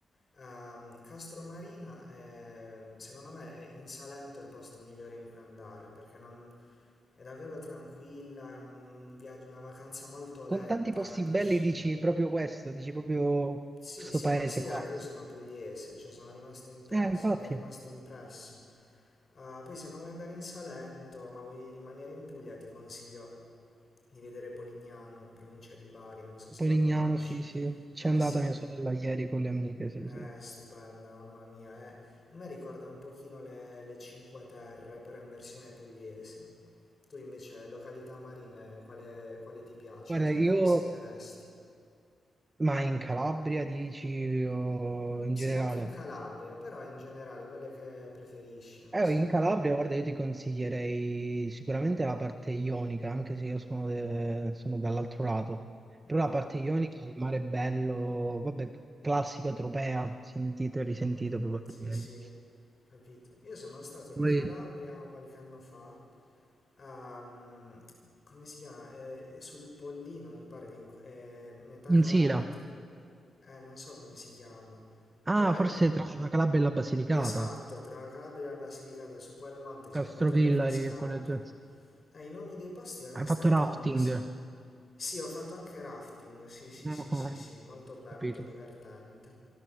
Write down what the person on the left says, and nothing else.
Ehm, Castromarina è, secondo me è in Salento è il posto migliore in cui andare perché non- è davvero tranquilla, è un viaggio, una vacanza molto lenta,
capisci?
Sì,
sì,
considera
che io sono pugliese, cioè sono rimasto impresso,
mi è rimasto impresso. Ah, poi se non vuoi andare in Salento, ma vuoi rimanere in Puglia, ti consiglio di vedere Polignano in provincia di Bari, non so se
la conosci.
Eh
sì.
È
stupenda, mamma mia. È... A me ricorda un pochino le, le Cinque Terre, però in versione pugliese. Tu invece, località marine, quale, quale ti piace?
Cosa
mi consiglieresti?
Mm,
sì,
anche in Calabria, però in generale, quelle che preferisci, non
so.
Mm,
mm,
mm.
Sì, sì, capito. Io sono stato in
Calabria qualche anno fa. ehm, come si chiama? Eh, sul Pollino, mi pare che in- è metà Calabria,
eh, non so come si chiama,
però è
esatto, tra la Calabria e la Basilicata su quel monte siamo
andati alle cascate.
Eh, i nomi dei posti onestamente
non li sono. Sì, ho fatto anche rafting, sì, sì,
sì, sì,
sì, molto bello,
molto divertente.